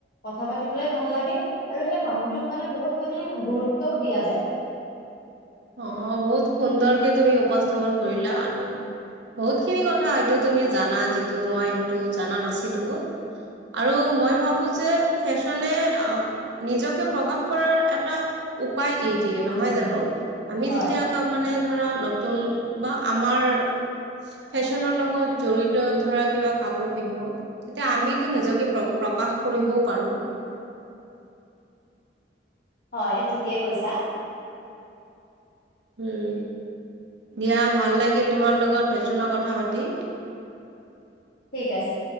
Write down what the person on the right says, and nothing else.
অ' অ' বহুত সুন্দৰকে তুমি উপস্থাপন কৰিলা। আৰু বহুত খিনি কথা হয়তটো তুমি জানা, যিটো মই হয়টো জানা নাছিলো। আৰু মই ভাবো যে ফেশ্বনে নিজকে প্ৰকাশ কৰাৰ এক এটা উপায় দিয়ে দিয়ে নহয় জানো, আমি
যেতিয়া <unintelligible> মানে ধৰা নতুন বা আমাৰ ফেশ্বনৰ লগত জড়িত ধৰা কিবা কাপোৰ পিন্ধো। তেতিয়া আমিতো নিজকে প্ৰ প্ৰকাশ কৰিবও পাৰো।
উম, দিয়া ভাল লাগিল তোমাৰ লগত ফেশ্বনৰ কথা পাতি।